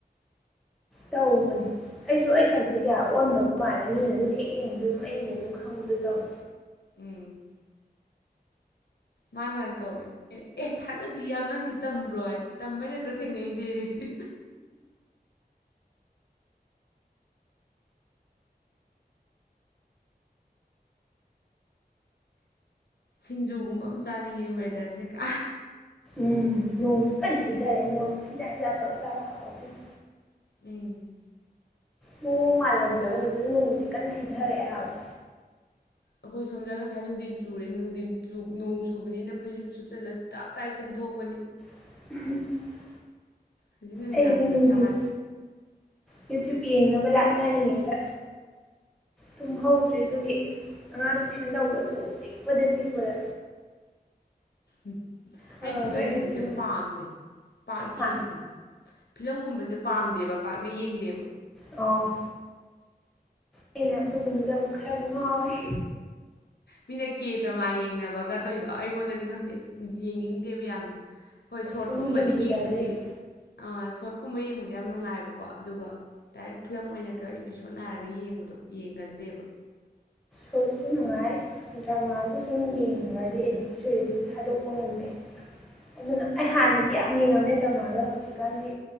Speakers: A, in the centre; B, on the left (about 80°).
A: ꯇꯧꯕꯅꯦ ꯑꯩꯁꯨ ꯑꯩ ꯁꯛꯁꯦ ꯀꯌꯥ ꯑꯣꯟꯗꯕ ꯃꯥꯜꯂꯦ ꯃꯤꯅ ꯑꯗꯨꯝ ꯍꯦꯛ ꯌꯦꯡꯕꯗ ꯑꯗꯨꯝ ꯑꯩꯩꯅ ꯑꯗꯨꯝ ꯈꯪꯕꯗꯣ ꯇꯧꯏ
B: ꯎꯝ ꯃꯥꯅ ꯍꯥꯟ ꯀꯧꯔꯛꯏ ꯑꯦ ꯊꯥꯖꯗꯤ ꯌꯥꯝ ꯅꯪꯁꯤꯗ ꯇꯝꯕ꯭ꯔꯣ ꯇꯝꯕꯩ ꯅꯠꯇ꯭ꯔꯣ ꯊꯦꯡꯅꯩꯁꯦ ꯑꯦ ꯍꯦ ꯁꯤꯡꯖꯨꯒꯨꯝꯕ ꯑꯃ ꯆꯥꯅꯤꯡꯉꯤ ꯋꯦꯗꯔꯁꯦꯒ
A: ꯎꯝ ꯅꯣꯡꯁꯨ ꯀꯟꯅ ꯍꯩꯊꯔꯦ ꯃꯣꯔꯣꯛ ꯁꯤꯖꯥ ꯁꯤꯖꯥ ꯇꯧꯔ ꯆꯥꯕ ꯍꯥꯎꯗꯣꯏꯅꯤ
B: ꯎꯝ
A: ꯃꯑꯣꯡ ꯃꯥꯜꯂꯝꯗ꯭ꯔꯒ
B: ꯁꯤꯡꯖꯨ
A: ꯍꯧꯖꯤꯛ ꯅꯣꯡꯁꯤ ꯀꯟꯅ ꯍꯩꯊꯔꯛꯑꯦ ꯍꯥꯏꯕ
B: ꯑꯩꯈꯣꯏ ꯁꯣꯝꯗ ꯉꯁꯥꯏ ꯅꯨꯡꯊꯤꯟ ꯆꯨꯔꯦ ꯅꯨꯡꯊꯤꯟ ꯅꯣꯡ ꯆꯨꯕꯅꯤꯅ ꯐꯩꯁꯨꯨꯞ ꯁꯨꯞꯆꯜꯂ ꯇꯥꯞ ꯇꯥꯏ ꯇꯨꯝꯊꯣꯛꯄꯅꯤ
A: <unintelligible>
B: ꯍꯧꯖꯤꯛ ꯅꯨꯃꯤꯗꯥꯡꯕꯨꯗꯤ
A: ꯑꯩꯗꯤ ꯅꯨꯡꯊꯤꯡ
B: ꯇꯥꯗꯦ
A: ꯌꯨꯇ꯭ꯌꯨꯕ ꯌꯦꯡꯅꯕ ꯂꯥꯛꯅꯔꯤꯉꯩꯗ ꯇꯨꯝ ꯍꯧꯗ꯭ꯔꯦ ꯑꯗꯨꯒꯤ ꯑꯉꯥꯡ ꯇꯨꯏꯁꯟ ꯇꯧꯕꯗ ꯀꯣꯛ ꯆꯤꯛꯄꯗ ꯆꯤꯛꯄꯗ
B: ꯎꯝ
A: ꯐꯈ꯭ꯔꯦ
B: ꯑꯩꯗꯤ ꯐꯤꯂꯝꯒꯨꯝꯕꯁꯦ
A: ꯍꯧꯖꯤꯛꯅ
B: ꯄꯥꯝꯗꯦ ꯄꯥꯛ
A: ꯍꯥ
B: ꯌꯦꯡꯗꯦ ꯐꯤꯂꯝꯒꯨꯝꯕꯁꯦ ꯄꯥꯝꯗꯦꯕ ꯄꯥꯛꯅ ꯌꯦꯡꯗꯦꯕ
A: ꯑꯣ ꯑꯩꯅ ꯑꯗꯨꯒꯨꯝꯕꯗ ꯑꯃꯨꯛ ꯈꯔ ꯉꯥꯎꯋꯦ
B: ꯃꯤꯅ ꯀꯦ ꯗ꯭ꯔꯃꯥ ꯌꯦꯡꯅꯕꯒ ꯇꯧꯔꯤꯗꯣ ꯑꯩꯉꯣꯟꯗꯗꯤ ꯈꯪꯗꯦ ꯌꯦꯡꯅꯤꯡꯗꯦꯕ ꯌꯥꯝꯅ ꯫ ꯍꯣꯏ ꯁꯣꯔꯠꯀꯨꯝꯕꯗꯤ
A: ꯁꯨꯝ ꯌꯦꯡꯈꯤꯗꯕꯩ
B: ꯌꯦꯡꯕꯗꯤ ꯫ ꯑꯥ ꯁꯣꯔꯠꯀꯨꯝꯕ ꯌꯦꯡꯕꯗꯤ ꯌꯥꯝ ꯅꯨꯡꯉꯥꯏꯑꯕꯀꯣ ꯑꯗꯨꯒ ꯗꯥꯏꯔꯦꯛ ꯐꯤꯂꯝ ꯑꯣꯏꯅꯒ ꯑꯦꯄꯤꯁꯣꯠ ꯅꯥꯏꯔꯒ ꯌꯦꯡꯕꯗꯣ ꯌꯦꯡꯒꯟꯗꯦꯕ ꯫
A: ꯁꯣꯔꯠꯁꯨ ꯅꯨꯡꯉꯥꯏ ꯗ꯭ꯔꯃꯥꯁꯨ ꯁꯨꯝ ꯌꯦꯡꯕꯗꯤ ꯑꯦꯗꯤꯛ ꯆꯨ ꯊꯥꯗꯣꯛꯄ ꯉꯝꯗꯦ ꯫ ꯑꯗꯨꯅ ꯑꯩ ꯍꯥꯟꯅꯗꯤ ꯌꯥꯝ ꯌꯦꯡꯉꯝꯃꯦ ꯗ꯭ꯔꯃꯥꯗꯣ ꯍꯧꯖꯤꯛꯀꯥꯟꯗꯤ